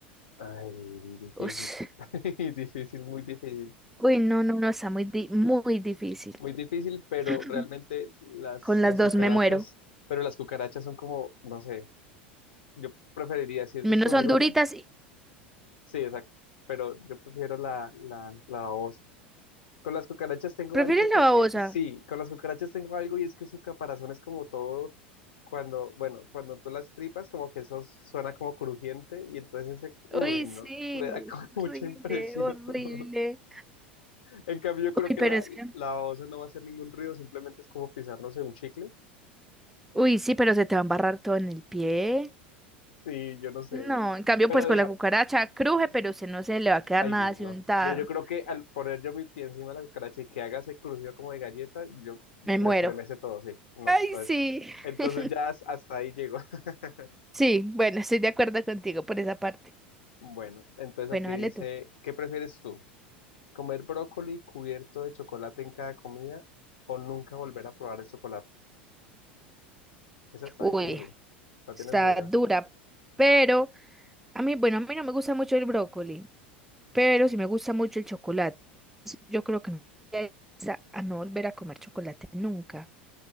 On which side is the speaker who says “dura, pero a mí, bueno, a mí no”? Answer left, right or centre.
Centre